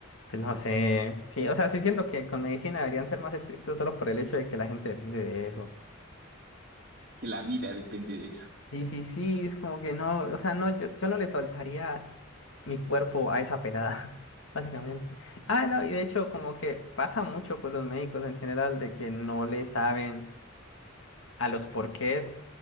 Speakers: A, on the left; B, on the right.
A: pues, no sé. Sí, o sea, sí siento que con medicina deberían ser más estrictos solo por el hecho de que la gente depende de eso.
B: que la vida depende de eso.
A: Sí, sí, sí, es como que no, o sea, no, yo, yo no le soltaría mi cuerpo a esa pelada, <laughs> básicamente. Ah, no, y de hecho, como que pasa mucho con los médicos en general de que no le saben a los porqués,